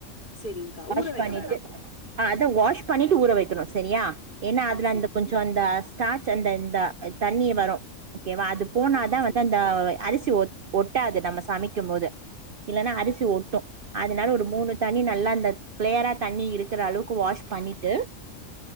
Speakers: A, on the left; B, on the right.
A: சரிங்கக்கா.
B: வாஷ்
A: ஊற வைக்க
B: பண்ணிட்டு
A: வேணாம்.
B: அ அத வாஷ் பண்ணிட்டு ஊற வக்கணு செரியா ஏன்னா அதுல
A: ஆ சரி.
B: அந்த கொஞ்சோ அந்த தாச் அந்த இந்த தண்ணி வரு கேவா அது போனாதா
A: ஆ சரி.
B: வந்து அந்த அரிசி ஒத் ஒட்டாது நம்ம சமைக்கும்போது இல்லன்னா அரிசி ஒட்டு அதுனால ஒரு மூணு தனி நல்லா க்ளேயரா தண்ணி இருக்குற அளவுக்கு வாஷ் பண்ணிட்டு